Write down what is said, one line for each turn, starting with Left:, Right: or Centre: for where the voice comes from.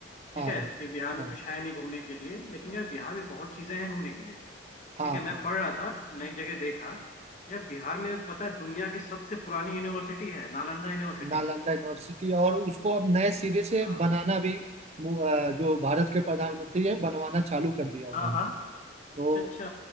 Left: ठीक
Right: हाँ
Left: है कि बिहार
Right: हाँ
Left: में कुछ है नहीं घूमने के लिए लेकिन यार बिहार में बहुत चीजें हैं घूमने के लिए
Right: हाँ
Left: ठीक है मैं
Right: हाँ
Left: पढ़ रहा था मैं एक जगह देखा यह बिहार में पता है दुनिया की सबसे पुरानी यूनिवर्सिटी है नालंदा यूनिवर्सिटी
Right: नालंदा यूनिवर्सिटी और उसको अब नए सिरे से
Left: हाँ
Right: बनाना भी मु- अ, जो भारत के प्रधानमंत्री है बनवाना चालू कर दिया उन्होंने
Left: हाँ हाँ
Right: तो
Left: अच्छा अच्छा